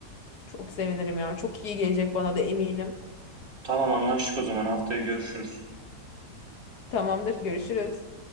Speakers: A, on the left; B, on the right.
A: Çok sevinirim ya. Çok iyi gelecek bana da eminim.
B: Tamam anlaştık o zaman haftaya görüşürüz.
A: Tamamdır, görüşürüz.